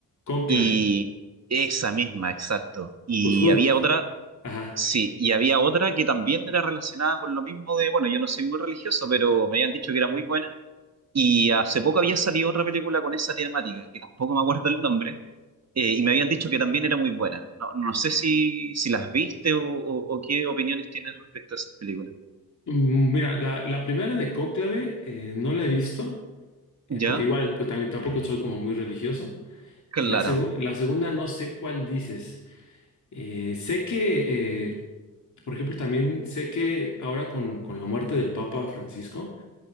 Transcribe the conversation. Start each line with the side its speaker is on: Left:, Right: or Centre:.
Left: Cónclave.
Right: y esa misma, exacto. Y
Left: Pues, ju-
Right: había otra,
Left: ju- ajá.
Right: sí, y había otra que también era relacionada con lo mismo de, bueno, yo no soy muy religioso, pero me habían dicho que era muy buena Y hace poco había salido otra película con esa temática, que tampoco me acuerdo el nombre, eh, y me habían dicho que también era muy buena. No, no sé si, si las viste o, o- o qué opiniones tienes respecto a esas películas.
Left: Mm, Mira, la, la primera de Cónclave eh, no la he visto, eh,
Right: ¿Ya?
Left: porque igual, pues tam- tampoco soy como muy religioso.
Right: Claro.
Left: Y la, segu- la segunda no sé cuál dices. Eh, sé que eh, Por ejemplo, también sé que ahora con, con la muerte del Papa Francisco,